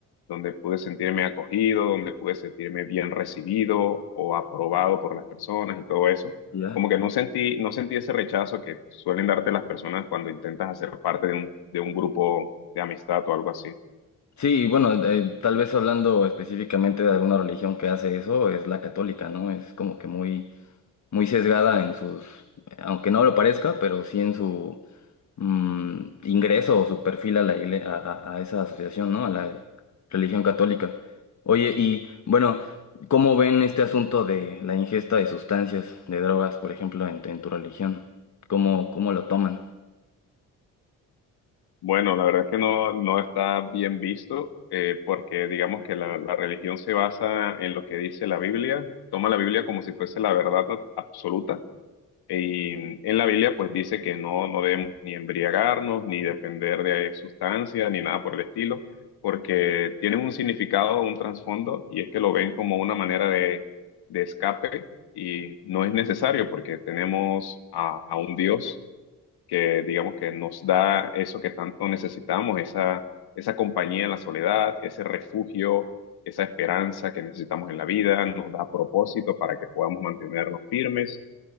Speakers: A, on the left; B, on the left.
A: donde pude sentirme acogido, donde pude sentirme bien recibido o aprobado por las personas y todo eso
B: ¿Ya?
A: como que no sentí, no sentí ese rechazo que suelen darte las personas cuando intentas hacer parte de un, de un grupo de amistad o algo así.
B: Sí, y bueno, eh, tal vez hablando específicamente de alguna religión que hace eso, es la católica, ¿no? Es como que muy, muy sesgada en sus, aunque no lo parezca, pero sí en su mm, ingreso o su perfil a la igle- a, a- a esa asociación, ¿no? A la religión católica. Oye, y bueno, ¿cómo ven este asunto de la ingesta de sustancias, de drogas, por ejemplo, en, en tu religión? ¿Cómo, cómo lo toman?
A: Bueno, la verdad es que no, no está bien visto eh, porque digamos que la, la religión se basa en lo que dice la Biblia, toma la Biblia como si fuese la verdad absoluta Y en la Biblia pues dice que no, no debemos ni embriagarnos, ni depender de sustancias, ni nada por el estilo, porque tienen un significado, un trasfondo, y es que lo ven como una manera de, de escape y no es necesario porque tenemos a, a un Dios que digamos que nos da eso que tanto necesitamos, esa, esa compañía en la soledad, ese refugio, esa esperanza que necesitamos en la vida, nos da propósito para que podamos mantenernos firmes.